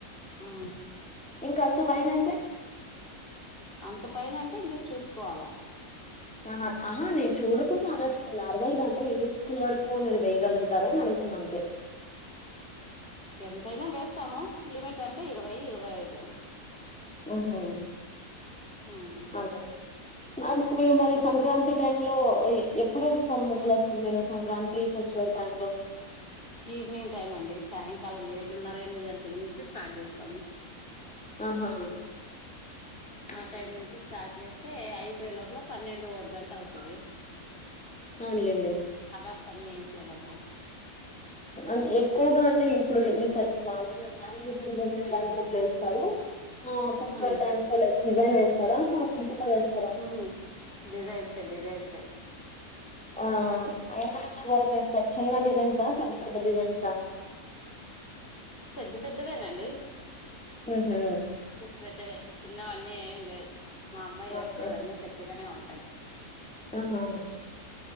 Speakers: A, on the left; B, in the centre.
A: ఆ
B: ఇంకా అంత భయం ఎంటి
A: అంత పైన అంటే ఇంగా చూసుకోలా
B: ఆహా ఆహా నేను చూడకుండా అనట్లేదు నార్మల్ గా అంటే ఎన్ని చుక్కల వరకు మీరు వేయగలుగుతారు అని అడుగుతున్న అంతే
A: ఎంతైనా వేస్తాము లిమిట్ అంటే ఇరవై ఇరవై ఐదు
B: ఉహు
A: ఉమ్
B: అంతే మరి మీరు
A: అట్లా
B: సంక్రాంతి టై లో ఎప్పుడు ఎస్తారు ముగ్గులు అసలు మీరు సంక్రాంతి ఫెస్టివల్ టైమ్ లో
A: ఈవినింగ్ టైం అండి సాయంకాలం ఏడున్నర ఎనిమిది గంటల నుంచి స్టార్ట్ చేస్తాము
B: ఆహా అవునులేండి
A: ఆ టైమ్ నుంచి స్టార్ట్ చేస్తే అయిపోయే లోపల పన్నెండు ఒక గంట అవుతది
B: అవునులేండి
A: కలర్స్ అన్నీ ఎసే లోపు
B: మ్ ఎక్కువ గా అంటే ఇప్పుడు ఈ మామూలు టైమ్లో మీరు ఎలాంటి ముగ్గులు ఎస్తారు ఆ ఫెస్టివల్
A: ఉమ్
B: టైమ్స్ లో లైక్ డిజైన్ వేస్తారా అప్పుడు చుక్కలు వేస్తారా
A: ఉ డిజైసె డిజైసె
B: ఆ ఎంత పెద్ద వర్క్ ఎస్తారు చిన్న డిజైన్సా పెద్ద పెద్ద డిజైన్సా
A: పెద్ద పెద్దవేనాండి
B: ఉహు
A: పెద్దవే చిన్నవన్నీ ఏం లేదు మా అమ్మాయి
B: ఆ
A: ఎస్తది
B: ఎ
A: అన్నీ పెద్దగనే ఉంటాయి
B: ఆహా